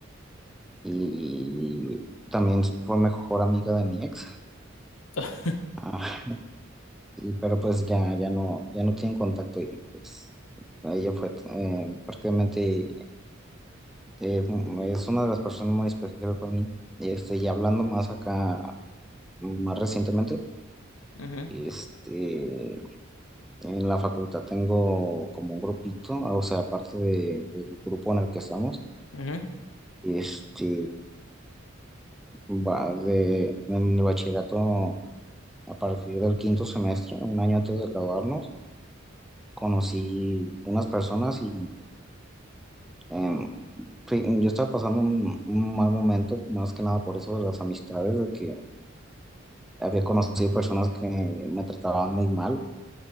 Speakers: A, in the centre; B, on the left.
A: y también fue mejor amiga de mi ex.
B: <laughs>
A: Ah, y, pero pues ya, ya no, ya no tienen contacto y pues ella fue eh, prácticamente eh, es una de las personas muy especiales para mí. Este, y hablando más acá. más recientemente.
B: ujú,
A: Este, en la facultad tengo como un grupito, ah, o sea, aparte de- del grupo en el que estamos,
B: ujú,
A: este, va de, en el bachillerato, a partir del quinto semestre, un año antes de graduarnos, conocí unas personas y em, Sí, yo estaba pasando un, un mal momento, más que nada por eso de las amistades, de que había conocido personas que me trataban muy mal